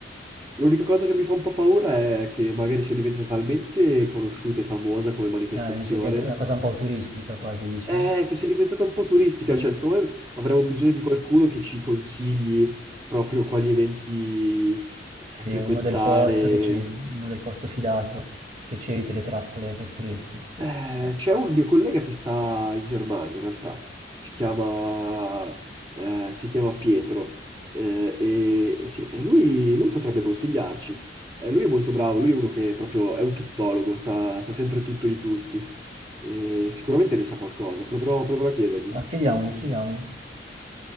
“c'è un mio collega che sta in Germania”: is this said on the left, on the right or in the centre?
Right